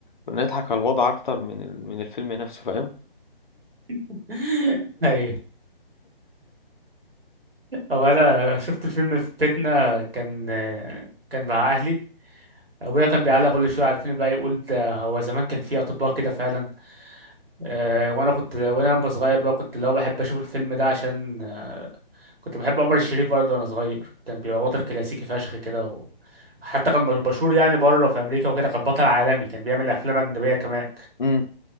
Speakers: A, on the left; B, on the right.
A: نضحك على الوضع أكتر من ال... من الفيلم نفسه فاهم؟
B: <laughs> ايوه هو انا شفت الفيلم في بيتنا كان كان مع اهلي ابويا كان بيعلق كل شويه على الفيلم بقى يقول ده هو زمان كان في اطباء كده فعلا أه وانا كنت وانا لما صغير بقى كنت اللي هو بحب اشوف الفيلم ده عشان آه، كنت بحب عمر الشريف برضه وانا صغير كان بيبقى بطل كلاسيكي فشخ كده و... حتى كان مشهور يعني بره في امريكا وكده كان بطل عالمي كان بيعمل افلام اجنبيه كمان
A: امم